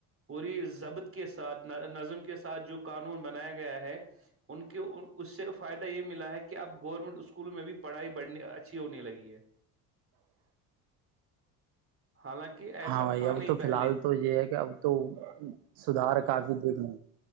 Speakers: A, on the right (about 30°); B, on the right (about 60°).
A: پوری ضبط کے ساتھ نظم کے ساتھ جو قانون بنایا گیا ہے ان کے اس سے فائدہ یہ ملا ہے کہ اب گورنمنٹ اسکولوں میں بھی پڑھائی بڑھنی اچھی ہونے لگی ہے حالانکہ ایسا
B: ہاں بھائی
A: تھا
B: اب
A: نہیں
B: تو
A: پہلے
B: فی الحال تو یہ ہے کہ اب تو سدھار کافی دیکھنا